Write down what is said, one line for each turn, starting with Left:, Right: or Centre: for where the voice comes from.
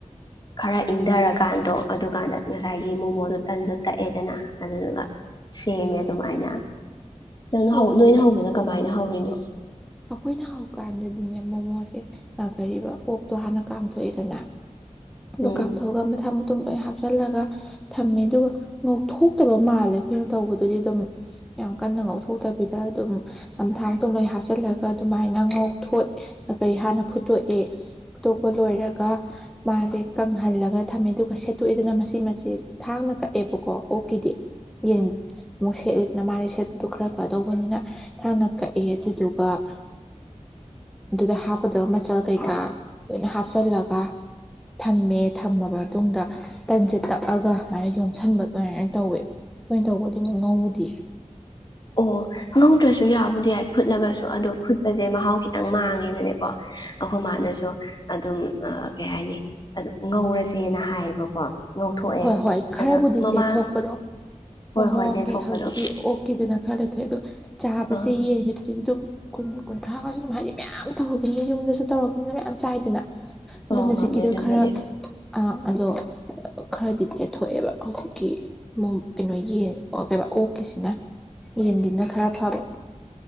Left: ꯈꯔ ꯏꯪꯊꯔꯀꯥꯟꯗꯣ ꯑꯗꯨꯀꯥꯟꯗ ꯉꯁꯥꯏꯒꯤ ꯃꯣꯃꯣꯗꯣ ꯇꯟꯗꯣ ꯇꯛꯑꯦꯗꯅ ꯑꯗꯨꯗꯨꯒ ꯁꯦꯝꯃꯦ ꯑꯗꯨꯃꯥꯏꯅ ꯅꯪꯅ
Centre: ꯑꯣ
Left: ꯅꯣꯏꯅ
Centre: ꯑꯩꯈꯣꯏ
Left: ꯍꯧꯕꯅ ꯀꯃꯥꯏꯅ ꯍꯧꯔꯤꯅꯣ
Centre: ꯑꯩꯈꯣꯏꯅ ꯍꯧꯀꯥꯟꯗꯗꯤꯅꯦ ꯃꯣꯃꯣꯁꯦ ꯅꯥꯈꯔꯤꯕ ꯑꯣꯛꯇꯣ ꯍꯥꯟꯅ ꯀꯥꯝꯊꯣꯛꯑꯦꯗꯅ
Left: ꯎꯝ
Centre: ꯂꯣ ꯀꯥꯝꯊ ꯊꯣꯛꯑꯒ ꯃꯊꯥ ꯃ ꯑꯗꯨꯝ ꯂꯣꯏ ꯍꯥꯞꯆꯤꯜꯂꯒ ꯊꯝꯃꯦ ꯑꯗꯨꯒ ꯉꯧꯊꯣꯛꯇꯕ ꯃꯥꯜꯂꯦ ꯑꯩꯈꯣꯏꯅ ꯇꯧꯕꯗꯨꯗꯤ ꯑꯗꯨꯝ ꯌꯥꯝ ꯀꯟꯅ ꯉꯧꯊꯣꯛꯇꯕꯤꯗ ꯑꯗꯨꯝ ꯅꯝꯊꯥꯇ ꯂꯣꯏ ꯍꯥꯞꯆꯜꯂꯒ ꯑꯗꯨꯃꯥꯏꯅ ꯉꯧꯊꯣꯛ ꯀꯔꯤ ꯍꯥꯟꯅ ꯐꯨꯠꯇꯣꯛꯑꯦ ꯐꯨꯠꯇꯣꯛꯄ ꯂꯣꯏꯔꯒ ꯃꯥꯁꯦ ꯀꯪꯍꯜꯂꯒ ꯊꯝꯃꯦ ꯑꯗꯨꯒ ꯁꯦꯠꯇꯣꯛꯑꯦꯗꯅ ꯃꯁꯤ ꯃꯁꯦ ꯊꯥꯡꯅ ꯀꯛꯑꯦꯕꯀꯣ ꯑꯣꯛꯀꯤꯗꯤ ꯌꯦ ꯑꯃꯨꯛ ꯁꯦꯠꯂꯤꯦꯗꯅ ꯃꯥꯁꯦ ꯁꯦꯠꯄꯗ ꯈꯔ ꯀꯗꯧꯕꯅꯤꯅ ꯊꯥꯡꯅ ꯀꯛꯑꯦ ꯑꯗꯨꯗꯨꯒ ꯑ ꯑꯗꯨꯗ ꯍꯥꯞꯀꯗꯕ ꯃꯆꯜ ꯀꯩꯀꯥ ꯂꯣꯏꯅ ꯍꯥꯞꯆꯜꯂꯒ ꯊꯝꯃꯦ ꯊꯝꯃꯕ ꯃꯇꯨꯡꯗ ꯇꯟꯁꯦ ꯇꯛꯑꯒ ꯑꯗꯨꯨꯃꯥꯏꯅ ꯌꯣꯝꯁꯤꯟꯕ ꯑꯗꯨꯃꯥꯏꯅ ꯇꯧꯋꯦ ꯂꯣꯏꯅ ꯇꯧꯕꯗꯤ ꯑꯃꯨꯛ ꯉꯧꯗꯦ
Left: ꯑꯣ ꯉ ꯇꯣꯏ ꯨ ꯌꯥꯎꯕꯨꯗꯤ ꯌꯥꯏ ꯐꯨꯠꯂꯒꯁꯨ ꯑꯗꯨ ꯐꯨꯠꯄꯁꯦ ꯃꯍꯥꯎ ꯈꯤꯇꯪ ꯃꯥꯡꯉꯦꯅꯅꯦꯀꯣ ꯑꯩꯈꯣꯏ ꯃꯥꯅꯁꯨ ꯑꯗꯨꯝ ꯀꯩ ꯍꯥꯏꯅꯤ ꯑꯗꯨ ꯉꯧꯔꯁꯦꯅ ꯍꯥꯏꯌꯦꯕꯀꯣ ꯉꯧꯊꯣꯛꯑꯦ
Centre: ꯍꯣꯏ ꯍꯣꯏ ꯈꯔꯕꯨꯗꯤ
Left: ꯑꯗꯣ ꯃꯃꯥꯡ
Centre: ꯂꯦꯊꯣꯛꯄꯗꯣ
Left: ꯍꯣꯏ
Centre: ꯃꯣꯃꯣꯒꯤ
Left: ꯍꯣꯏ ꯂꯦꯊꯣꯛꯄꯗꯣ
Centre: ꯍꯧꯖꯤꯛꯀꯤ ꯑꯣꯛꯀꯤꯗꯨꯅ ꯍꯥꯏ ꯊꯣꯏ ꯑꯗꯨ ꯆꯥꯕꯁꯦ
Left: ꯑꯥ
Centre: ꯌꯦꯡꯉꯦ ꯑꯗꯨꯗꯤ ꯑꯗꯨꯝ ꯀꯨꯟ ꯀꯨꯟꯊ꯭ꯔꯥꯒꯁꯨ ꯑꯗꯨꯝ ꯍꯥꯏꯗꯤ ꯃꯌꯥꯝ ꯇꯧꯔꯛꯄꯅꯤ ꯌꯨꯝꯗꯁꯨ ꯇꯧꯔꯛꯄꯅꯤꯅ ꯃꯌꯥꯝ ꯆꯥꯏꯗꯅ
Left: ꯉꯧ
Centre: ꯑꯗ ꯍꯧꯖꯤꯛꯀꯤꯗ
Left: ꯉꯝꯃꯦ ꯑꯗꯨꯕꯨꯗꯤ
Centre: ꯈꯔ ꯑ ꯑꯗꯣ ꯈꯔꯗꯤ ꯂꯦꯊꯣꯛꯑꯦꯕ ꯍꯧꯖꯤꯛꯀꯤꯨꯡ ꯀꯩꯅꯣ ꯌꯦꯟ ꯀꯩ ꯑꯣꯛꯀꯤꯁꯤꯅ ꯌꯦꯟꯒꯤꯅ ꯈꯔ ꯐꯥꯕ